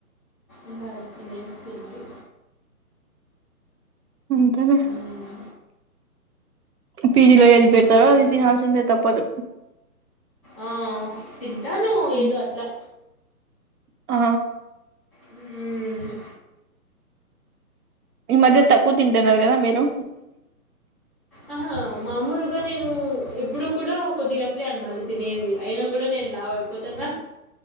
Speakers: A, in the centre; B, on the right.
A: ఇంగ అది తినేస్ తింటి
B: అంతేలే
A: మ్మ్.
B: పీజీలో ఏది
A: ఇంకేమండి
B: పెడతారో అది తినాల్సిందే తప్పదు
A: ఆ తింటాను
B: ఉమ్,
A: ఏదో అట్లా
B: ఆ
A: ఉమ్
B: ఈ మధ్య తక్కువ తింటున్నారు గదా మీరు
A: ఆహా మామూలుగా నేను ఎప్పుడు కూడా కొద్దిగా అట్లే అన్నమాట తినేది అయినా కూడా నేను లావై పోతున్న